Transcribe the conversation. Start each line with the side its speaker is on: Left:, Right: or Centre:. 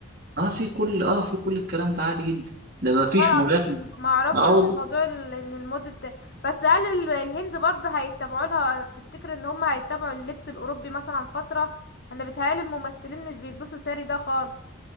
Right: اه في كل اه في كل الكلام ده عادي جدا ده
Left: والله
Right: ما فيش
Left: العظيم
Right: مولات
Left: ما اعرفش
Right: ما اه
Left: انا
Right: والله
Left: الموضوع ال- ان الموضة الت- بس هل ال- الهند برضو هيتبعوا لها تفتكر ان هم هيتبعوا اللبس الاوروبي مثلا فترة انا بيتهيألي الممثلين مش بيلبسوا ساري ده خالص